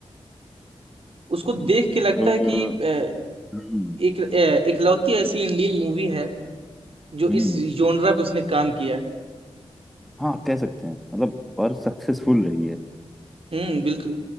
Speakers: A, on the right; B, in the centre.
A: उसको देख के लगता
B: तो
A: है कि अ,
B: हम्म
A: एक अ, इकलौती ऐसी इंडियन मूवी है जो
B: हम्म
A: इस जोनरा पे उसने काम किया है
B: हाँ कह सकते हैं मतलब और सक्सेसफुल रही है
A: हम्म बिल्कुल